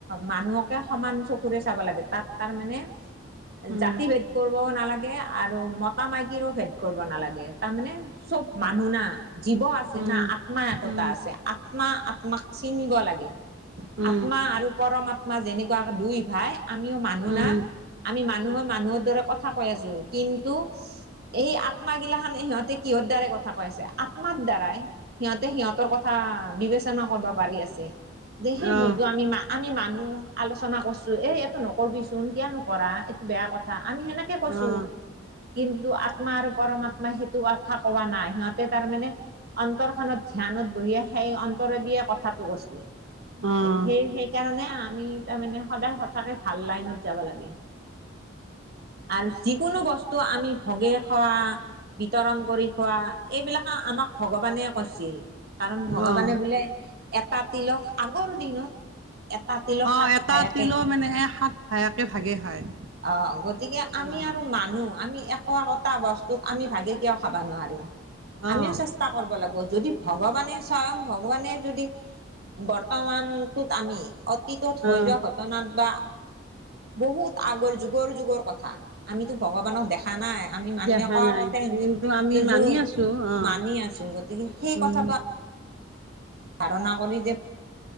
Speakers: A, on the right (about 50°); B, on the right (about 85°).
A: মানুহকে সমান চকুৰে চাব লাগে, তাত তাৰ মানে
B: উম
A: জাতি ভেদ কৰবও নালাগে, আৰু ম মতা-মাইকীৰো ভেদ কৰিব নালাগে, তাৰমানে চব মানুহ না জীৱ আ আছে
B: উম,
A: না, আত্মাএকোতা
B: উম,
A: আছে। আত্মা-আত্মাক চিনিব লাগে,
B: উম,
A: আত্মা আৰু পৰমাত্ম মা যেনেকুৱাকে দুই ভাই, আমিও মানুহ
B: উম,
A: না আমি
B: উম,
A: মানুহৰ মানুহৰ দৰে কথা কৈ আছো। কিন্তু এই আত্মাগিলাখানে সিহঁতে কিহৰ দ্বাৰাই কথা কৈছে, আত্মাৰ দ্বাৰাই। সিহঁতে সিহঁতৰ কথা বিবেচনা কৰব পাৰি আছে, যে সেই
B: অ',
A: ভুলতো আমি মা আমি মানুহ আলোচনা কৰছোঁ, এই এইটো নকৰিবিচোন কিয়নো কৰা এইটো বেয়া কথা আমি সেনাকে কৈছোঁ।
B: অ',
A: কিন্তু আত্মা আৰু পৰমাত্মাই সেইটো কথা কোৱা নাই, সিহঁতে তাৰমানে অন্তৰ খন ধ্যানত বহিয়ে সেই অন্তৰে দিয়ে কথাটো কৈছিল,
B: অ',
A: সেই সেইকাৰণে আমি তাৰ মানে সদায় সঁচাকে ভাল লাইনত যাব লাগে, আৰু যিকোনো বস্তু টো আমি ভগে খোৱা বিতৰণ কৰি খোৱা, এইবিলাকে আমাক ভগৱানে কৈৰছিল। কাৰণ ভগৱানে
B: অ',
A: বোলে, এটা তিলস আগৰ দিনত এটা তিলক
B: অ',
A: সাত
B: এটা
A: ভায়াকে
B: তিলও মানে সাত ভায়াকে ভাগে খায়।
A: অ', গতিকে আমি
B: অ',
A: আৰু মানুহ, আমি একো একোটা বস্তুক আমি ভাগে কিয় খাব নোৱাৰিম।
B: অ',
A: আমিও চেষ্টা কৰব লাগব, যদি ভগৱানে স্বয়ং ভগৱানে যদি বৰ্তমানটোত আমি অতীতত হৈ
B: অ',
A: যোৱা ঘটনাত বা বহুত আগৰ যুগৰ যুগৰ কথা, আমিতো ভগৱানক দেখা দেখা নাই, আমি মানুহে
B: দেখা
A: কয়া
B: নাই
A: কথা <unintelligible>
B: কিন্তু আমি মানি আছোঁ অ',
A: মানি আছো, গতিকে সেই
B: উম,
A: কথাটো ধাৰণা কৰি যে